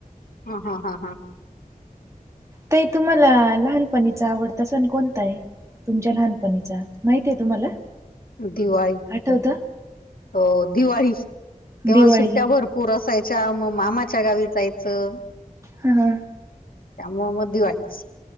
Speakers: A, on the left; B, on the right.
A: हा हा हा हा
B: ताई तुम्हाला लहानपणीचा आवडता सण कोणता आहे? तुमच्या लहानपणीचा माहीती आहे तुम्हाला?
A: दिवाळी
B: आठवतं
A: हो दिवाळी तेव्हा
B: दिवाळी
A: सुट्ट्या भरपूर. पूर असायच्या मग मामाच्या गावी जायचं.
B: हा हा
A: त्यामुळे मग दिवाळी च